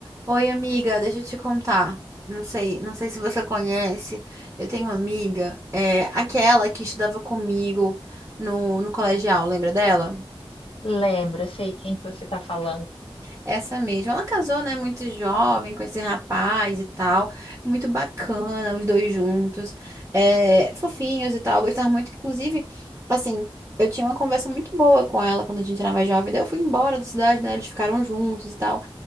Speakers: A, on the right; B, on the left.
A: Oi, amiga, deixa eu te contar. Não sei, não sei se você conhece. Eu tenho uma amiga, é, aquela que estudava comigo no, no colegial, lembra dela?
B: Lembro, eu sei quem que você está falando.
A: Essa mesma. Ela casou, né, muito jovem com esse rapaz e tal. Muito bacana, os dois juntos. É, fofinhos e tal. Eu gostava muito, inclusive, assim, eu tinha uma conversa muito boa com ela quando a gente era mais jovem. Daí eu fui embora da cidade, né? Eles ficaram juntos e tal.